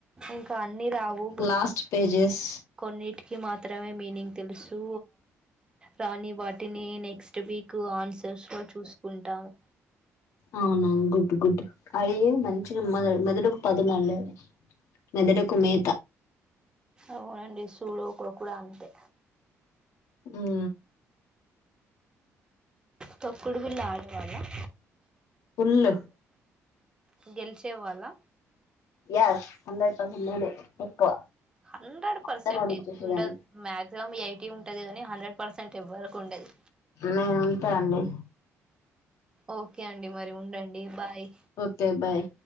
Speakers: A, on the right (about 15°); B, on the left (about 75°).
A: ఇంకా అన్ని రావు
B: లాస్ట్ పేజెస్
A: కొన్నిటికి మాత్రమే మీనింగ్ తెలుసు రాని వాటిని నెక్స్ట్ వీక్ ఆన్ సర్స్లో చూసుకుంటాము
B: అవునా గుడ్ గుడ్ అవి మంచిగా మొద మెదడుకు పదును అండి అవి మదడుకు మే
A: అవునండి సూడు కొ కుడ అంతే
B: హ్మ్
A: తొక్కుడు బిళ్ళ ఆడేవాళ్ల
B: ఫుల్
A: ఫుల్ గెలిచే వాళ్ళా
B: ఎస్ హండ్రెడ్ పర్సెంట్ నేనే ఎక్కువ
A: హండ్రెడ్ పర్సెంట్
B: అందరిని ఓడించేసేదాన్ని
A: ఏం ఉండదు మాక్సిమం ఎయిటి ఉంటది కాని హండ్రెడ్ పర్సెంట్ ఎవ్వరకు ఉండది
B: నేను ఉంటా అండి
A: ఓకే అండి మరి ఉండండి బాయ్
B: ఓకే బాయ్